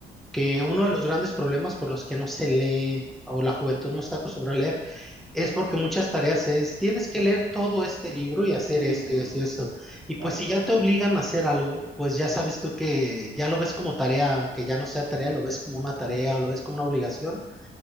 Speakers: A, in the centre; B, on the right.
A: que
B: Sí.
A: uno de los grandes problemas por los que no se lee o la juventud no está acostumbrada a leer es porque muchas tareas es, tienes que leer todo este libro y hacer
B: Ujú,
A: esto y esto y esto. Y pues
B: Tal
A: si ya
B: cual.
A: te obligan a hacer algo, pues ya sabes tú que ya lo ves como tarea, aunque ya no sea tarea, lo ves como una tarea o lo ves como una obligación